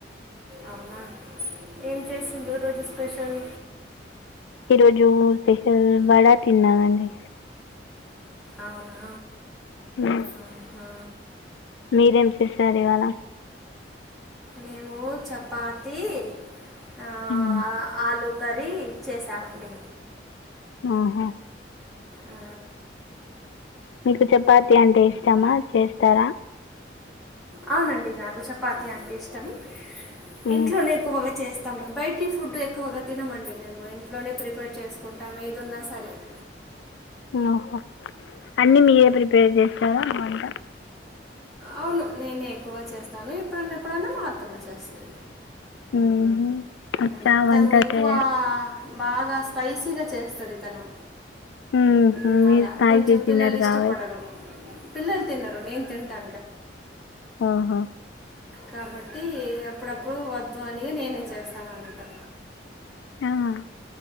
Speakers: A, in the centre; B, on the left.
A: అవునా ఏం చేసింది రోజు స్పెషల్?
B: ఈరోజు టిఫిన్ వడా తిన్నానండి.
A: అవునా
B: ఉమ్,
A: ఉహు
B: మీరేం చేసారు ఇవాళ?
A: మేము చపాతి ఆ
B: ఉమ్,
A: ఆలూ కర్రీ ఇచ్చేసామండి.
B: ఆహా
A: ఆ
B: మీకు చపాతి అంటే ఇష్టమా, చేస్తారా?
A: అవునండి నాకు చపాతి అంటే ఇష్టం.
B: ఉమ్,
A: ఇంట్లోనే ఎక్కువగా చేస్త త్తాం బయటి ఫుడ్ ఎక్కువగా తినమండి మేము. ఇంట్లోనే ప్రిపేర్ చేసుకుంటాము ఏదున్నా సరే <inaudible>
B: ఓహో అన్ని మీరే ప్రిపేర్ చేస్తారా వంట?
A: అవును నేనే ఎక్కువ చేస్తాను ఎప్పుడన్న ఎప్పుడైన్నా మా అత్తమ్మ చేస్తది.
B: ఉమ్, వచ్చా
A: ఉ
B: వంట
A: తను ఎక్కువ
B: చే
A: బాగా స్పైసీగా చేస్తది తను
B: ఉమ్,
A: మ్
B: మీరు
A: అలా
B: స్పైసీ
A: కొంచెం
B: తినరు
A: పిల్లలు ఇష్టపడరు.
B: కాబట్టి
A: పిల్లలు తినరు నేను తింటా
B: ఆహా
A: కాబట్టి అప్పుడప్పుడు వద్దు అనిగ నేనే చేస్తాను అన్నట్టు
B: ఆహ